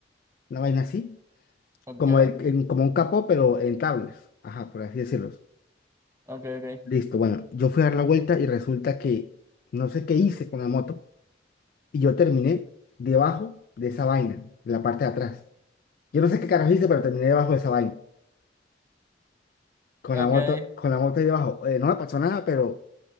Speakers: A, on the left; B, on the right.
A: una vaina así,
B: Ok,
A: como, el, en- como un capó, pero en tablas, ajá, por así decirlo.
B: ok, ok.
A: Listo, bueno, yo fui a dar la vuelta y resulta que no sé qué hice con la moto y yo terminé debajo de esa vaina, en la parte de atrás. Yo no sé qué carajo hice, pero terminé debajo de esa vaina, con
B: Ok.
A: la moto, con la moto ahí debajo. Eh, no me pasó nada, pero